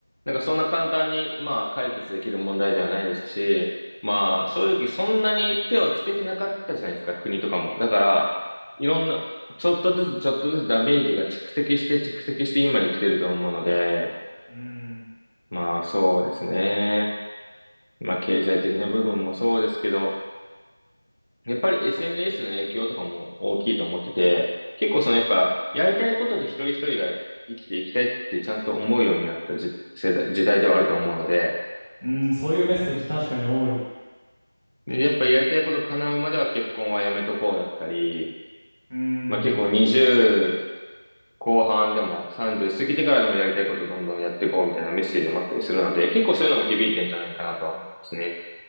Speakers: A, on the left; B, on the right.
A: なんかそんな簡単に、まあ、解決できる問題ではないですし、まあ、正直そんなに手をつけてなかったじゃないですか、国とかも。だから、いろんな、ちょっとずつちょっとずつダメージが蓄積して蓄積して今に来てると思うので、
B: うん。
A: まあ、そうですね。まあ、経済的な部分もそうですけど、やっぱり SNS の影響とかも大きいと思ってて、結構そのやっぱ、やりたいことで一人一人が生きていきたいってちゃんと思うようになったじ世代、時代ではあると思うので、
B: うん、そういうメッセージ確かに多い。
A: でやっぱりやりたいこと叶うまでは結婚はやめとこうだったり、
B: うーん、
A: まあ結構20
B: う
A: 後半でも30過ぎてからでもやりたいことどんどんやっていこうみたいなメッセージもあったりするので、結構そういうのも響いてんじゃないかなとは思うんですね。